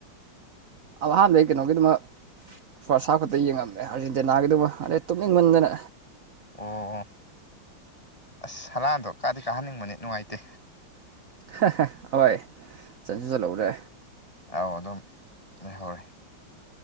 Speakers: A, on the right; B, on the left.
A: ꯑꯍꯥꯟꯕꯗꯩ ꯀꯩꯅꯣꯒꯤꯗꯃꯛ ꯐꯥꯔꯁ ꯍꯥꯞꯐ ꯈꯛꯇ ꯌꯦꯡꯉꯝꯃꯦ ꯑꯥꯔꯖꯦꯟꯇꯤꯅꯥꯒꯤꯗꯨꯒ ꯑꯗꯩ ꯇꯨꯞꯅꯤꯡꯃꯟꯗꯅ
B: ꯑꯣ ꯑꯁ ꯍꯔꯥꯟꯗꯣ ꯀꯥꯗꯤ ꯀꯥꯍꯟꯅꯤꯡꯕꯅꯤ ꯅꯨꯡꯉꯥꯏꯇꯦ
A: ꯍ ꯣꯏ ꯆꯠꯁꯨ ꯆꯠꯍꯧꯔꯦ
B: ꯑꯧ ꯑꯗꯨꯝ ꯂꯩꯍꯧꯔꯦ